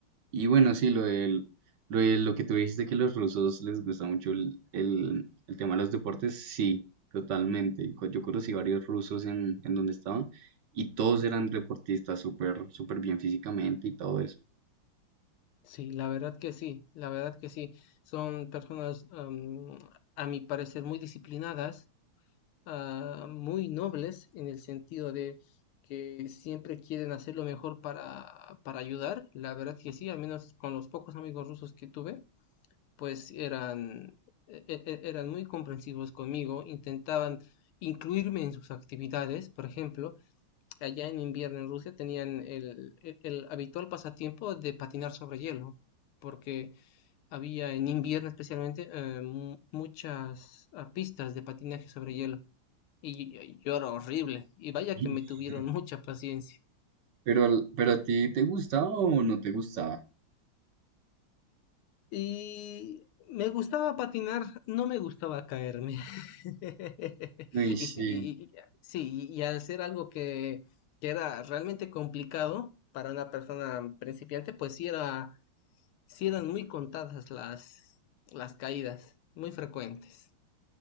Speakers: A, on the right (about 65°); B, on the left (about 80°).
A: y bueno, sí, lo del, lo de lo que tú dijiste que los rusos les gusta mucho el, el, el tema de los deportes, sí, totalmente. Co- Yo conocí varios rusos en, en donde estaba y todos eran deportistas súper, súper bien físicamente y todo eso.
B: Sí, la verdad que sí, la verdad que sí. Son personas, am, a mi parecer, muy disciplinadas, ah, muy nobles en el sentido de que siempre quieren hacer lo mejor para, para ayudar. La verdad que sí, al menos con los pocos amigos rusos que tuve. pues eran, e- e- e, eran muy comprensivos conmigo, intentaban incluirme en sus actividades, por ejemplo, allá en invierno en Rusia tenían el, el- el habitual pasatiempo de patinar sobre hielo, porque había en invierno especialmente eh, mu- muchas ah, pistas de patinaje sobre hielo. Y, y yo era horrible, y vaya
A: <laughs>
B: que me tuvieron mucha paciencia.
A: Pero, al- pero a ti te gustaba o no te gustaba?
B: Y me gustaba patinar, no me gustaba caerme. <laughs>
A: Uy, sí,
B: Y, sí, y- y- sí, y al ser algo que, que era realmente complicado para una persona principiante, pues sí, era, sí eran muy contadas las, las caídas, muy frecuentes.